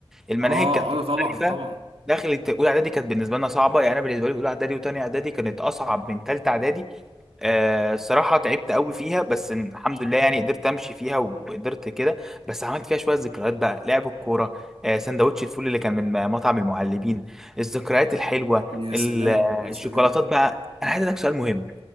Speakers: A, in the centre; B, on the right.
A: المناهج
B: اه
A: كانت
B: اه
A: مختلفه
B: ده طبعا طبعا
A: دخلت اولى اعدادي كانت بالنسبه لنا صعبه يعني انا بالنسبه لي اولى اعدادي وتانية اعدادي كانت اصعب من تالتة اعدادي آه الصراحه تعبت قوي فيها بس الحمد لله يعني قدرت امشي فيها وقدرت كده بس عملت فيها شويه ذكريات بقى لعب الكوره آه سندوتش الفول اللي كان من مطعم المعلمين الذكريات الحلوه
B: يا
A: ال-
B: سلام
A: آه،
B: يا سلام
A: الشوكولاتات بقى انا عايز اسالك سؤال مهم